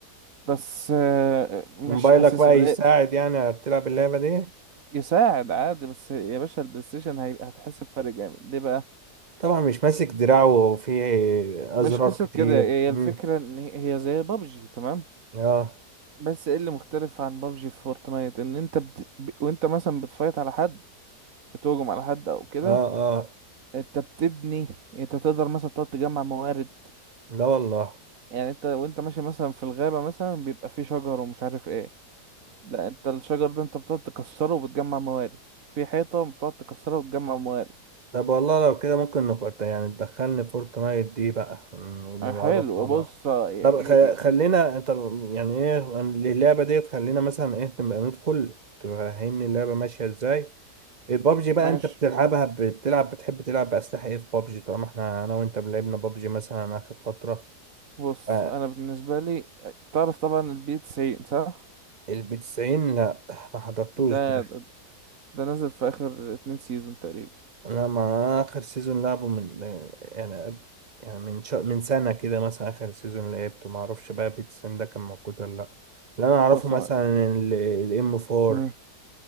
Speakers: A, on the right; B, on the right.
A: بس آه، مش
B: موبايلك
A: حاسسها
B: بقى
A: ليه
B: يساعد يعني تلعب اللعبة دي
A: يساعد عادي بس يا باشا البلاي ستيشن هيبقى هتحس بفرق جامد ليه بقى
B: طبعا مش ماسك دراعه وفيه
A: مش
B: أزرار
A: قصة
B: كتير
A: كده هي
B: امم
A: الفكرة ان هي هي زي بابجي تمام
B: اه
A: بس ايه اللي مختلف عن بابجي في فورتنايت ان انت بت... ب- وانت مثلا بتفايت على حد بتهجم على حد او كده
B: اه اه
A: انت بتبني انت تقدر مثلا تقعد تجمع موارد
B: لا والله
A: يعني انت وانت ماشي مثلا في الغابة مثلا بيبقى فيه شجر ومش عارف ايه لا انت الشجر ده انت بتقعد تكسره وبتجمع موارد في حيطة بتقعد تكسرها وتجمع موارد
B: طب والله لو كده ممكن نفورت يعني تدخلني فورتنايت دي بقى ون- ونلعبها
A: اه حلو
B: مع بعض
A: بص اه، ي-
B: طب خ-
A: ي- ي-
B: خلينا
A: ف-
B: انت يعني ايه اللعبة ديت خلينا مثلا ايه نبقى ندخل تفهمني اللعبة ماشية ازاي البابجي بقى
A: ماشي
B: انت بتلعبها بتلعب بتحب تلعب بأسلحة ايه في بابجي طالما احنا انا وانت لعبنا بابجي مثلا اخر فترة
A: بص
B: ف-
A: انا بالنسبة لي تعرف طبعا البي 90 صح
B: البي 90 لا ما حضرتوش
A: ده
B: ده
A: ده ده نزل في اخر اتنين سيزون تقريبا
B: انا مع اخر سيزون لعبه من يعني قبل- يعني من شا... من سنه كده مثلا اخر سيزون لعبته ما اعرفش بقى بيتسن ده كان موجود ولا لا اللي انا اعرفه
A: بص
B: مثلا
A: يا معلم
B: الام 4
A: مم.